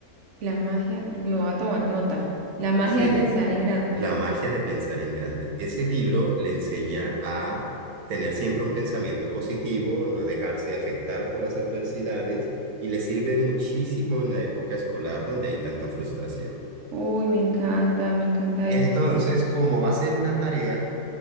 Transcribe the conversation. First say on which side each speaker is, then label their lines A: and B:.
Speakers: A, on the right; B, on the right.
A: La magia, me voy a tomar nota. La magia
B: Sí,
A: de pensar en grande.
B: La magia de pensar en grande. Ese libro le enseña a tener siempre un pensamiento positivo, no dejarse afectar por las adversidades y le sirve muchísimo en la época escolar donde hay tanta frustración.
A: Uy, me encanta, me encanta
B: Entonces,
A: eso.
B: como va a ser una tarea,